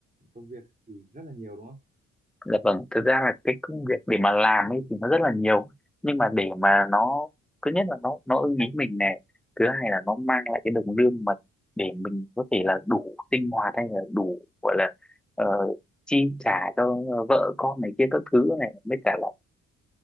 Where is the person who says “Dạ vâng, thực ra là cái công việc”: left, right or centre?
Centre